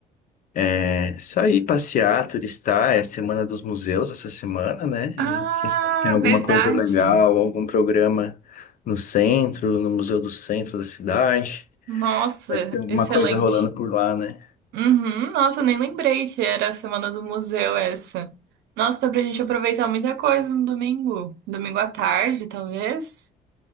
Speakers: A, on the left; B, on the right.
A: É, sair, passear, turistar, é a Semana dos Museus essa semana, né?
B: Ah,
A: E quem sabe tem alguma
B: verdade.
A: coisa legal, algum programa no centro, no Museu do Centro da cidade.
B: Nossa,
A: Vai que tem alguma
B: excelente.
A: coisa rolando por lá, né?
B: Uhum, nossa, nem lembrei que era a semana do museu essa. Nossa, dá pra gente aproveitar muita coisa no domingo. Domingo à tarde, talvez.